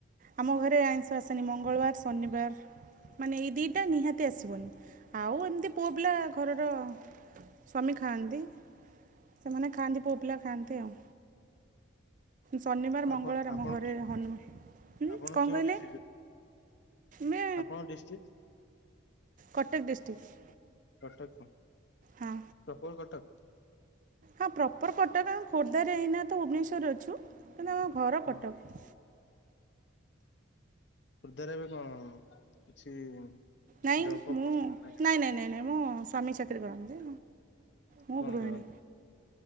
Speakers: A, on the right (about 40°); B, on the left (about 55°).
A: ଆମ ଘରେ ଆଇଁଷ ଆସେନି ମଙ୍ଗଳବାର, ଶନିବାର ମାନେ ଏଇ ଦିଇଟା ନିହାତି ଆସିବନି। ଆଉ ଏମିତି ପୁଅ ପିଲା ଘରର ସ୍ୱାମୀ ଖାଆନ୍ତି। ସେମାନେ ଖାଆନ୍ତି ପୁଅ ପିଲା ଖାଆନ୍ତି ଆଉ। ଶନିବାର ମଙ୍ଗଳବାର
B: ଆପଣ
A: ଆମ
B: ଆପଣ
A: ଘରେ ହନୁମାନ। ହୁଁ
B: ଆପଣ
A: କଣ
B: କେଉଁ
A: କହିଲେ?
B: ଡିଷ୍ଟ୍ରିକ୍ଟରେ?
A: ମେ
B: ଆପଣଙ୍କ ଡିଷ୍ଟ୍ରିକ୍ଟ?
A: କଟକ ଡିଷ୍ଟିକ।
B: କଟକ।
A: ହଁ।
B: ପ୍ରପର୍ କଟକ।
A: ହଁ ପ୍ରପର୍ କଟକ ଆଉ ଖୋର୍ଦ୍ଧାରେ ଏଇନା ତ ଭୁବନେଶ୍ୱରରେ ଅଛୁ କିନ୍ତୁ ଆମ ଘର
B: ହଁ।
A: କଟକ।
B: ଖୋର୍ଦ୍ଧାରେ ଏବେ କଣ କିଛି
A: ନାଇଁ
B: ଜବ୍ ଫବ୍
A: ମୁଁ
B: କରିଛନ୍ତି ନା
A: ନାଇଁ ନାଇଁ ନାଇଁ ନାଇଁ ମୋ ସ୍ୱାମୀ ଚାକିରି କରନ୍ତି। ମୁଁ
B: କଣ
A: ଗୃହିଣୀ।
B: କରନ୍ତି?